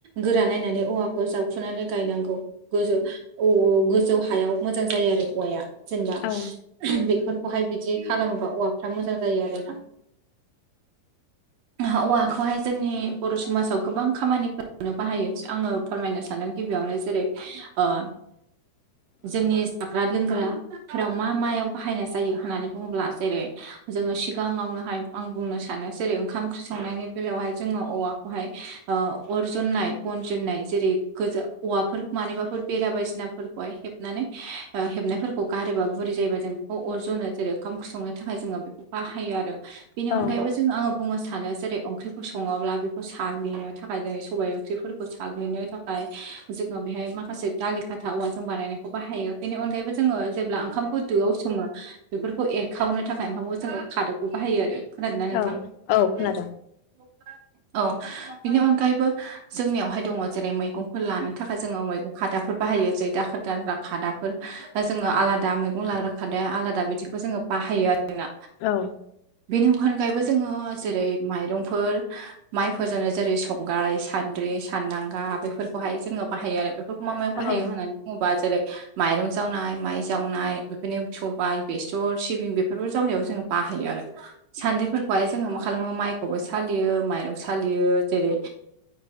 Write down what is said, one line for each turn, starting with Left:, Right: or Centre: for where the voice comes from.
Right: गोरा नायनानै औवाखौ जावखुनानै गायनांगौ गोजौ गोजौ हायाव मोजां जायो आरो औवाया जेनेबा
Left: औ
Right: बेफोरखौहाय बिदि खालामोबा औवाफ्रा मोजां जायो आरोना औवाखौहाय जोंनि बर' समाजाव गोबां खामानिफोर बाहायो आङो फोरमायनो सानदों गिबियावनो जेरै ओ
Left: <inaudible>
Right: जोंनि जाग्रा लोंग्राफोराव मा मायाव बाहायनाय जायो होननानै बुङोब्ला जेरै जोङो सिगाङावनोहाय आं बुंनो सानो सानो जेरै ओंखाम ओंख्रि संनायनि बेलायावहाय जोङो औवाखौहाय ओ अर जननाय बन जुननाय जेरै औवाफोर मानिबाफोर बेरा बायदिसिनाफोरखौहाय हेबनानै ओ हेबनायफोरखौ गारोबा बुरि जायोबा जों बेखौ अरजनो जेरै ओंखाम संनो थाखाय जोङो बेखौ बाहायो आरो बेनि
Left: औ
Right: अनगायैबो जोङो आङो बुंनो सानो जेरै ओंख्रिखौ सङोब्ला बे खौ साग्लिनो थाखाय जों सबायाइ ओंख्रिफोरखौ साग्लिनो थाखाय जोङो बेहाय माखासे दालि खाथा औवाजों बानायनायखौ बाहायो बेनि अनगायैबो जोङो जेब्ला ओंखामखौ दोआव सङो बेफोरखौ एरखावनो थाखाय ओंखामखौ जोङो खादबखौ बाहायो आरो खोनादों ना?
Left: औ
Right: <inaudible> औ
Left: औ खोनादों
Right: बिनि अनगायैबो जोंनियावहाय दङ जेरै मैगंफोर लानो थाखाय जोङो मैगं खादाफोरखौ बाहायो जै दाखोर दाला खादाफोर जोङो आलादा मैगं लाग्रा खादाया आलादा बिदिखौ जोङो बाहायो आरोना
Left: औ
Right: बेनि अनगायैबो जोङो जेरै माइरंफोर माइफोरजोंनो जेरै संग्राय सान्द्रि सानदांगा बेफोरखौहाय जोङो बाहायो आरो बेफोरखौ मा मायाव
Left: औ
Right: बाहायो होननानै बुङोबा जेरै माइरं जावनाय माइ जावनाय बेफोरनो सबाय बेसर सिबिं बेफोरबो जावनायाव जोङो बाहायो आरो सान्द्रिफोर खौहाय जोङो मा खालामो माइखौबो सालियो माइरं सालियो जेरै